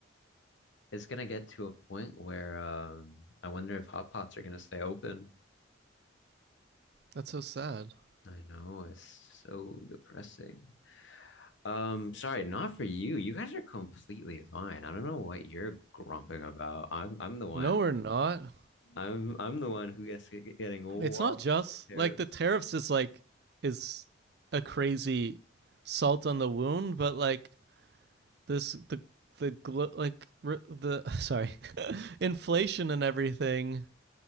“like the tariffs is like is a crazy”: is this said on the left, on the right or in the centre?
Right